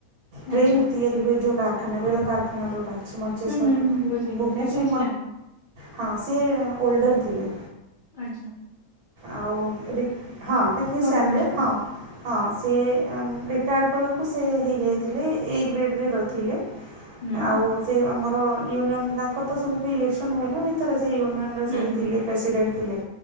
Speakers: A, on the right; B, on the left.
A: ଟ୍ରେନ
B: ଆଚ୍ଛା
A: ତିଆରି ହୁଏ ଯୋଉ କାରଖାନା, ରେଳ କାରଖାନା, ଯୋଉଟା ଅଛି ମଞ୍ଚେଶ୍ୱର
B: ହୁଁ ହୁଁ
A: ରେ
B: ହୁଁ
A: ଭୁବନେଶ୍ୱର
B: ଟେକ୍ନିସିଆନ୍
A: ହଁ ସିଏ ଓଲଡର ଥିଲେ।
B: ଆଛା।
A: ଆଉ ହଁ ଟେକ୍ନିସିଆନ
B: ପୋଷ୍ଟ
A: ରେ
B: ଟା
A: ହଁ ହଁ ସେ ବଳ ଆ <unintelligible>
B: ହୁଁ
A: ୟୁନିୟନ ତାଙ୍କର ତ ସବୁ ଇଲେକ୍ସନ ହୁଏ ନା ଭିତରେ? ସେ ୟୁନିଅନ ର ସେ
B: ହୁଁ ହୁଁ
A: ଥିଲେ ପ୍ରେସିଡେଣ୍ଟ ଥିଲେ,